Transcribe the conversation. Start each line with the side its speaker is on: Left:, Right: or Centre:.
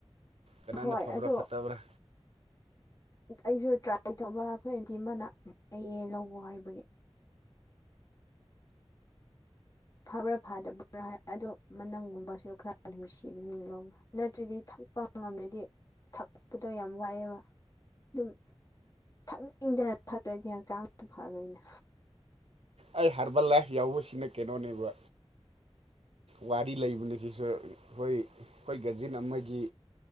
Right: ꯀꯅꯥꯅ
Left: ꯍꯣꯏ
Right: ꯐꯕ꯭ꯔꯥ
Left: ꯑꯗꯣ
Right: ꯐꯠꯇꯕ꯭ꯔꯥ
Left: ꯑꯩꯁꯨ ꯇ꯭ꯔꯥꯏ ꯇꯧꯕ ꯑꯩꯈꯣꯏ ꯑꯟꯇꯤ ꯑꯃꯅ ꯐꯩꯌꯦ ꯂꯧꯋꯣ ꯍꯥꯏꯕꯒꯤ ꯐꯕ꯭ꯔꯥ ꯐꯗꯕ꯭ꯔꯥ ꯍꯥꯏ ꯑꯗꯣ ꯃꯅꯝꯒꯨꯝꯕꯁꯨ ꯈ꯭ꯔ ꯑꯗꯨꯝ ꯅꯨꯡꯁꯤꯕꯅꯤꯅ ꯂꯧꯕ ꯅꯠꯇ꯭ꯔꯗꯤ ꯊꯛꯄ ꯉꯝꯗ꯭ꯔꯗꯤ ꯊꯛꯄꯗꯣ ꯌꯥꯝ ꯋꯥꯏꯑꯦꯕ ꯑꯗꯨꯝ ꯊꯛꯅꯤꯡꯗꯅ ꯊꯛꯔꯗꯤ ꯍꯛꯆꯥꯡꯁꯨ ꯐꯔꯣꯏꯅ
Right: ꯑꯩ ꯍꯔꯕꯜ ꯂꯥꯏꯐ ꯌꯥꯎꯕꯁꯤꯅ ꯀꯩꯅꯣꯅꯦꯕ ꯋꯥꯔꯤ ꯂꯩꯕꯅꯤ ꯁꯤꯁꯨ ꯑꯈꯣꯏ ꯑꯩꯈꯣꯏ ꯀꯖꯤꯟ ꯑꯃꯒꯤ